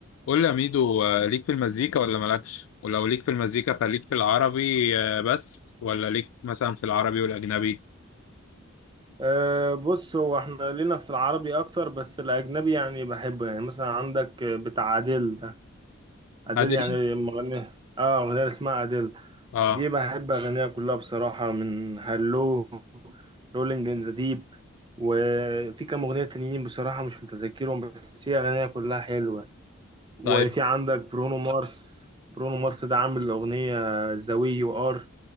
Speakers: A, on the left; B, on the right.
A: قول لي يا ميدو آه، ليك في المزيكا ولا مالكش ولو ليك في المزيكا فليك في العربي آه، بس ولا ليك مثلا في العربي والاجنبي
B: أه بص هو احنا لينا في العربي اكتر بس الاجنبي يعني بحبه يعني مثلا عندك بتاع اديل ده اديل
A: هادري
B: يعني مغني اه اغنية اسمها اديل
A: اه
B: دي بحب اغانيها كلها بصراحة من هالو رولينج ان ذا ديب وفي كام اغنية تانيين بصراحة مش متذكرهم بس هي اغانيها كلها حلوة وفي
A: طيب
B: عندك برونو مارس برونو مارس ده عامل اغنية ذا وي يو ار